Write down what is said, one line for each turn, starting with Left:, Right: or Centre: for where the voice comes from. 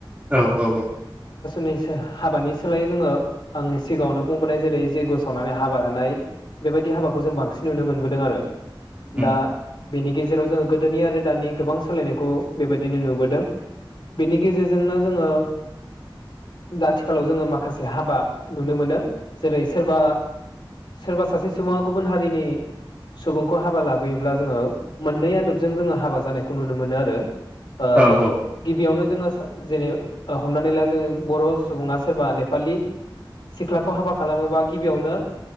Right: औ औ औ
Left: नि हाबानि सोलायै जोङो आं सिगाङावनो बुंबोनाय जेरै जैग्य सावनानै हाबा होनाय बेबायदि हाबाखौ जों बांसिन नुनो मोनबोदों आरो
Right: उम
Left: दा बेनि गेजेराव जोङो गोदोनि आरो दानि गोबां सोलायनायखौ बेबायदिनो नुबोदों बेनि गेजेरजोंनो जोङो आथिखालाव जोङो माखासे हाबा नुनो मोनो। जेरै सोरबा सोरबा सासे सुबुङा गुबुन हारिनि सुबुंखौ हाबा लाबोयोब्ला जोङो मोननै आदबजों जोङो हाबा जानायखौ नुनो मोनो आरो ओ
Right: औ औ
Left: गिबियावनो जोङो जेरै हमनानै ला जोङो बर' सुबुङा सोरबा नेपालि सिखलाखौ हाबा खालामोबा गिबियावनो